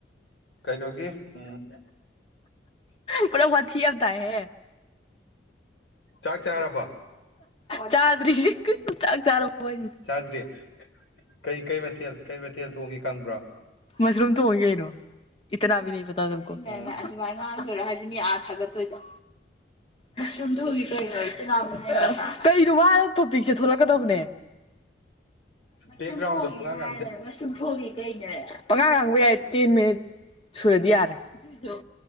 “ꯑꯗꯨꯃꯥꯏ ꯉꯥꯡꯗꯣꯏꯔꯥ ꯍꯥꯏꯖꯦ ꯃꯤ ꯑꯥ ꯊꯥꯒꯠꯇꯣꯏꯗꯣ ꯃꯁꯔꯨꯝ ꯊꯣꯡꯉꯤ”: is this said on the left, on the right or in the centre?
Left